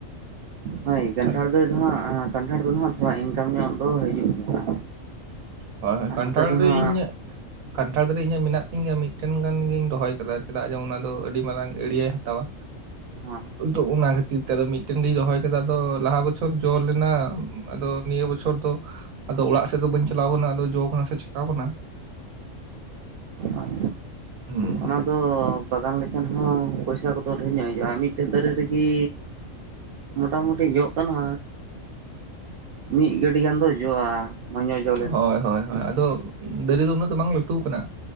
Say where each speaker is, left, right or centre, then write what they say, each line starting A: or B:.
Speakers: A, on the right; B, on the right.
A: ᱦᱳᱭ ᱠᱟᱱᱴᱷᱟᱲ
B: ᱦᱮᱸ,
A: ᱫᱚ ᱦᱟᱸᱜ ᱠᱟᱱᱴᱷᱟᱲ ᱫᱚ ᱦᱟᱸᱜ ᱛᱷᱚᱲᱟ ᱤᱱᱠᱟᱢ ᱧᱚᱜ ᱫᱚ ᱦᱤᱡᱩᱜ ᱜᱮᱭᱟ
B: ᱦᱳᱭ ᱦᱳᱭ
A: ᱟᱨ
B: ᱠᱟᱱᱴᱷᱟᱲ
A: ᱱᱚᱛᱮ ᱫᱚ
B: ᱫᱟᱨᱮ
A: ᱦᱟᱸᱜ
B: ᱤᱧᱟᱹᱜ ᱠᱟᱱᱴᱷᱟ ᱫᱟᱨᱮ ᱤᱧᱟᱹᱜ ᱢᱮᱱᱟᱜ ᱛᱤᱧ ᱜᱮᱭᱟ ᱢᱤᱫ ᱴᱮᱱ ᱜᱟᱱ ᱜᱤᱧ ᱨᱚᱦᱚᱭ ᱟᱠᱟᱫᱟ ᱪᱮᱫᱟᱜ ᱡᱮ ᱚᱱᱟ ᱫᱚ ᱟᱹᱰᱤ ᱢᱟᱨᱟᱝ ᱮᱲᱤᱜᱟᱹᱭ ᱦᱟᱛᱟᱣᱟ
A: ᱦᱳᱭ
B: ᱟᱫᱚ ᱚᱱᱟ ᱠᱷᱟᱹᱛᱤᱨ ᱛᱮ ᱟᱫᱚ ᱢᱤᱫ ᱴᱮᱱ ᱜᱮᱧ ᱨᱚᱦᱚᱭ ᱠᱟᱫᱟ ᱟᱫᱚ ᱞᱟᱦᱟ ᱵᱚᱪᱷᱚᱨ ᱡᱚ ᱞᱮ ᱱᱟ ᱟᱫᱚ ᱱᱤᱭᱟᱹ ᱵᱚᱪᱷᱚᱨ ᱫᱚ ᱟᱫᱚ ᱚᱲᱟᱜ ᱥᱮᱫ ᱫᱚ ᱵᱟᱹᱧ ᱪᱟᱞᱟᱣ ᱠᱟᱱᱟ ᱟᱫᱚ ᱡᱚ ᱠᱟᱱᱟ ᱥᱮ ᱪᱷᱟᱠᱟᱣ ᱟᱠᱟᱱᱟ
A: ᱦᱳᱭ
B: ᱦᱩᱸ ᱦᱩᱸ
A: ᱚᱱᱟ ᱫᱚ ᱵᱟᱜᱟᱱ ᱞᱮᱠᱷᱟᱱ ᱦᱚᱸ ᱯᱚᱭᱥᱟ ᱠᱚᱫᱚ ᱰᱷᱮᱨ ᱧᱚᱜ ᱦᱩᱭᱩᱜᱼᱟ ᱢᱤᱫᱴᱮᱡ ᱫᱟᱨᱮ ᱨᱮᱜᱮ ᱢᱚᱴᱟ ᱢᱩᱴᱤ ᱡᱚᱜ ᱠᱟᱱᱟ ᱢᱤᱫ ᱜᱟᱹᱰᱤ ᱜᱟᱱ ᱫᱚ ᱡᱚᱜᱼᱟ ᱢᱚᱡᱽ ᱧᱚᱜ ᱡᱚ ᱞᱮᱱᱠᱷᱟᱱ
B: ᱦᱳᱭ ᱦᱳᱭ ᱦᱳᱭ ᱟᱫᱚ ᱫᱟᱨᱮ ᱫᱚ ᱩᱱᱟᱹᱜ ᱫᱚ ᱵᱟᱝ ᱞᱟᱹᱴᱩ ᱟᱠᱟᱱᱟ